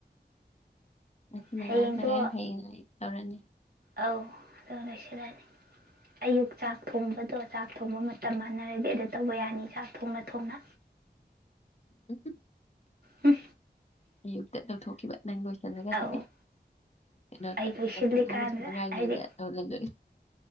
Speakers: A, on the left; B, on the right.
A: ꯎꯝ ꯁꯤꯅ
B: ꯍꯌꯦꯡꯗꯣ
A: ꯅ ꯇꯔ ꯍꯥꯏꯅ ꯇꯧꯔꯅꯤ
B: ꯑꯧ ꯑꯗꯨꯣ ꯂꯣꯏꯁꯤꯜꯂꯅꯤ ꯑꯌꯨꯛ ꯆꯥꯛ ꯊꯣꯡꯕꯗꯣ ꯆꯥꯛ ꯊꯣꯡꯕ ꯃꯇꯝ ꯃꯥꯟꯅꯔꯗꯤ ꯑꯗꯨ ꯇꯧꯕ ꯌꯥꯅꯤ ꯆꯥꯛ ꯊꯣꯡꯅ ꯊꯣꯡꯅ
A: ꯎꯝ
B: ꯎꯝ
A: ꯑꯌꯨꯛꯇ ꯂꯧꯊꯣꯛꯈꯤꯕ ꯅꯪ ꯂꯣꯏꯁꯤꯜꯂꯒꯗꯤ
B: ꯑꯧ
A: ꯀꯩꯅꯣꯗꯍꯥꯟ
B: ꯑꯩ ꯂꯣꯏꯁꯤꯜꯂꯤꯀꯥꯟꯗ
A: ꯂꯣꯏꯁꯤꯟ ꯃꯉꯔꯤꯉꯩꯗ
B: ꯍꯥꯏꯗꯤ
A: ꯂꯧꯍꯟꯗꯣꯏꯁꯦ